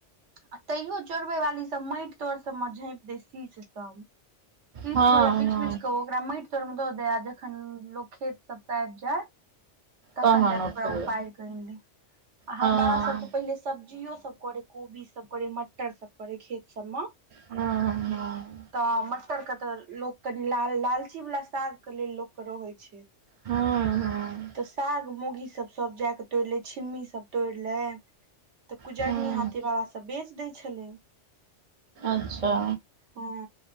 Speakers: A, on the right; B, on the right.
A: आ तैयो चोरबे वाली सब मैट तर सब में झाँप देस शी शीस
B: हँ
A: बला बीच
B: हँ
A: बीच क ओकरा मैट तोर में दऽ दे आ जखन लोग खेत सब से आब जाय तखन
B: तहन
A: जा
B: उठबै
A: कऽ ओकरा उपार कर ले आ हमर
B: हँ
A: बाबा सभ तऽ पहिले सब्जियो सब करे कोबी सब करे मटर सब करे खेत सब मे
B: हँ हँ
A: तऽ मटर के तऽ लोक कनि लाल लालची वला साग के लेल लोकके रहै छै
B: हँ हँ
A: तऽ साग मौगी सब सब जा कऽ तोड़ि लै छिम्मी सब तोड़ि लै तऽ कुजरनी
B: हँ
A: हाथे बाबा सब बेच दै छलै
B: अच्छा
A: हँ